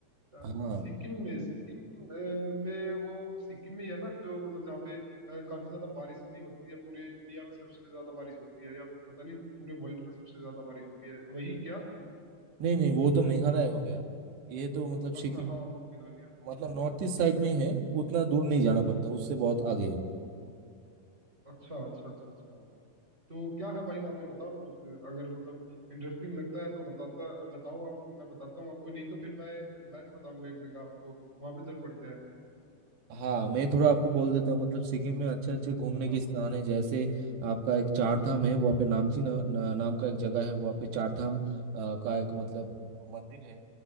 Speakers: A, on the right; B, on the right.
A: अ,
B: हाँ
A: सिक्किम में सिक्किम अ, में वो सिक्किम में ही है ना जो मतलब जहाँ पे अ, काफी ज्यादा बारिश भी होती है पूरे इंडिया में सबसे ज्यादा बारिश होती है या पता नहीं पूरे वर्ल्ड में सबसे ज्यादा बारिश होती है वही क्या
B: नहीं नहीं वो तो मेघालय हो गया ये तो मतलब सिक्किम
A: अच्छा हाँ वो मेघालय में ठीक
B: मतलब
A: है
B: नॉर्थ
A: ठीक
B: ईस्ट
A: ठीक
B: साइड में
A: ठीक
B: ही
A: है
B: है उतना दूर नहीं जाना पड़ता उससे
A: अच्छा
B: बहुत आगे है
A: अच्छा अच्छा अच्छा अच्छा तो क्या है भाई वहाँ पे बताओ ना कुछ अगर मतलब इंटरेस्टिंग लगता है तो बताता बताओ आप मैं बताता हूँ आपको नहीं तो फिर मैं मैं भी बताऊंगा एक जगह आपको वहाँ पे चल पड़ते हैं
B: हाँ मैं थोड़ा आपको बोल देता हूँ मतलब सिक्किम में अच्छे अच्छे घूमने
A: आप
B: के स्थान है जैसे आपका एक चार धाम है वहाँ पे नामची ना, ना, नाम का एक जगह है वहाँ पे चार धाम अ, का एक मतलब मंदिर है